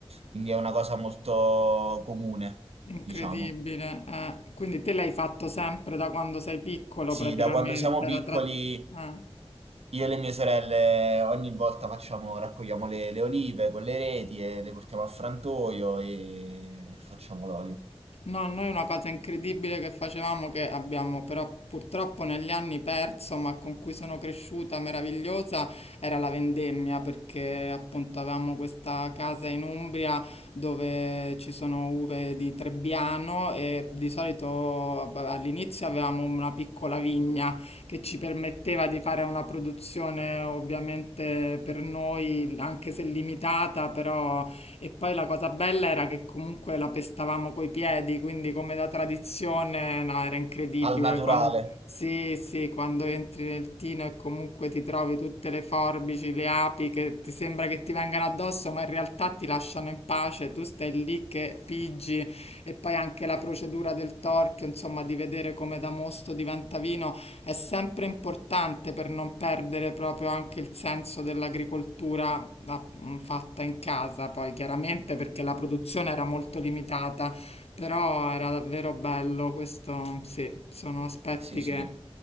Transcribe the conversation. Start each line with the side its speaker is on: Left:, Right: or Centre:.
Right: Quindi è una cosa molto comune,
Left: incredibile.
Right: diciamo.
Left: eh. Quindi te l'hai fatto sempre da quando sei piccolo,
Right: Sì,
Left: praticamente,
Right: da quando siamo piccoli,
Left: la tra- eh.
Right: Io e le mie sorelle ogni volta facciamo, raccogliamo le, le olive con le reti e le portiamo al frantoio e facciamo l'olio.
Left: No, noi una cosa incredibile che facevamo, che abbiamo però purtroppo negli anni perso, ma con cui sono cresciuta meravigliosa, era la vendemmia, perché appunto avevamo questa casa in Umbria dove ci sono uve di Trebbiano e di solito vabbè, all'inizio avevamo una piccola vigna che ci permetteva di fare una produzione ovviamente per noi, anche se limitata, però e poi la cosa bella era che comunque la pestavamo coi piedi, quindi come da tradizione, no, era incredibile.
Right: Al naturale.
Left: Quan- sì, sì, quando entri nel tino e comunque ti trovi tutte le forbici, le api che ti sembra che ti vengano addosso, ma in realtà ti lasciano in pace, tu stai lì che piggi e poi anche la procedura del torchio, insomma, di vedere come da mosto diventa vino è sempre importante per non perdere proprio anche il senso dell'agricoltura a mh, fatta in casa poi chiaramente perché la produzione era molto limitata, però era davvero bello, questo sì, sono aspetti
Right: Sì, sì.
Left: che